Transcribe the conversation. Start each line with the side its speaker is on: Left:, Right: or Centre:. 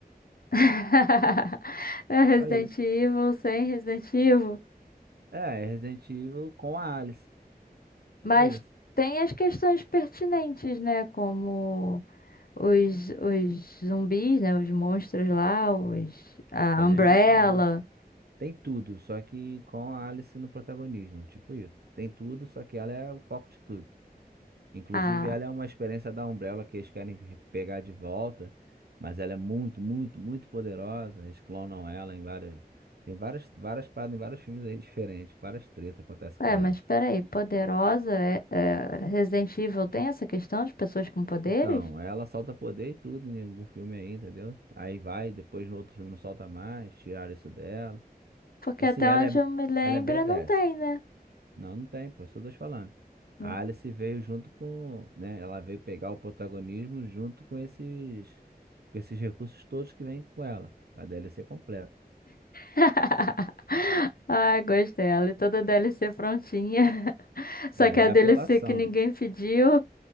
Left: <laughs> É Resident
Right: Só isso.
Left: Evil sem Resident Evil.
Right: É, é Resident Evil com a Alice.
Left: Mas
Right: Só isso.
Left: tem as questões pertinentes, né? Como os, os zumbis, né? Os monstros lá, os, a
Right: Tem,
Left: Umbrella,
Right: tem. Tem tudo, só que com a Alice no protagonismo, tipo isso. Tem tudo, só que ela é o foco de tudo. Inclusive,
Left: a.
Right: ela é uma experiência da Umbrella que eles querem re- pegar de volta, mas ela é muito, muito, muito poderosa. Eles clonam ela em várias. Tem várias, várias paradas em vários filmes aí diferentes, várias tretas acontecem
Left: É,
Right: com ela.
Left: mas peraí, poderosa é, é- Resident Evil tem essa questão de pessoas com poderes?
Right: Então, ela solta poder e tudo em algum filme aí, entendeu? Aí vai, depois no outro filme não solta mais, tiraram isso dela.
Left: Porque
Right: E
Left: até
Right: sim, ela
Left: onde
Right: é,
Left: eu me lembro
Right: ela é badass.
Left: não tem, né?
Right: Não, não tem, pô, isso que eu tô te falando.
Left: Não.
Right: A Alice veio junto com, né? Ela veio pegar o protagonismo junto com esses, com esses recursos todos que vêm com ela, com a DLC completa.
Left: <laughs> Ai, gostei. Ela e toda a DLC prontinha. <laughs> Só
Right: Ela
Left: que é
Right: é
Left: a DLC
Right: apelação.
Left: que ninguém pediu.